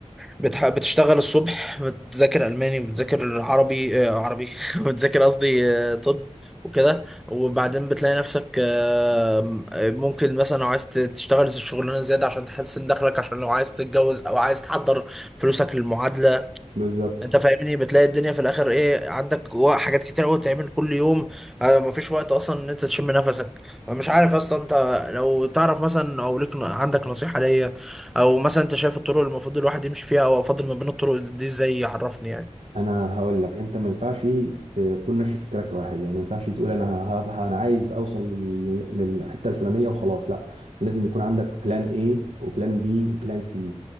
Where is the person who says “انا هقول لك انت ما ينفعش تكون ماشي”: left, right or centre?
Right